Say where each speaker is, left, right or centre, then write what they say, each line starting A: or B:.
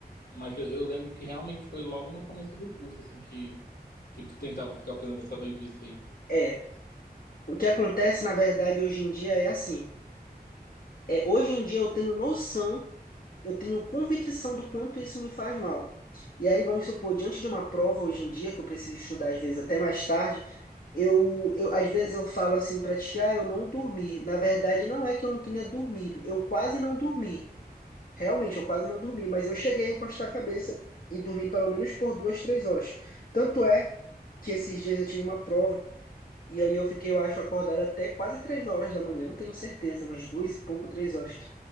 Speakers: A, on the left (about 75°); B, on the left (about 60°).
A: Mas eu eu lembro que realmente foi logo no começo do curso, assim, que, que tu tentava ficar fazendo essa doidice aí.
B: É, o que acontece, na verdade, hoje em dia é assim. É, hoje em dia eu tenho noção eu tenho convicção do quanto isso me faz mal. E aí, vamos supor, diante de uma prova hoje em dia, que eu preciso estudar às vezes até mais tarde, eu, eu às vezes eu falo assim para ti, ah, eu não dormi. Na verdade, não é que eu não tenha dormido, eu quase não dormi. Realmente, eu quase não dormi, mas eu cheguei a encostar a cabeça e dormi pelo menos por duas, três horas. Tanto é que esses dias eu tive uma prova. E aí eu fiquei, eu acho, acordado até quase três horas da manhã, não tenho certeza, mas duas e pouco, três horas.